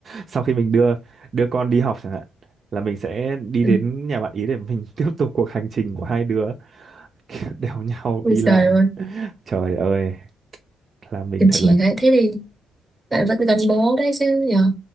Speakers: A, on the right; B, on the right.
A: sau khi mình đưa đưa con đi học chẳng hạn là mình sẽ đi
B: ừ.
A: đến nhà bạn ý để mình <laughs> tiếp tục cuộc hành trình của hai đứa <laughs> Kiểu đèo nhau
B: ôi
A: đi làm
B: trời ơi
A: trời ơi là mình
B: kiềm
A: thật
B: chỉ
A: là
B: đấy thế thì bạn vẫn gắn bó đấy chứ nhở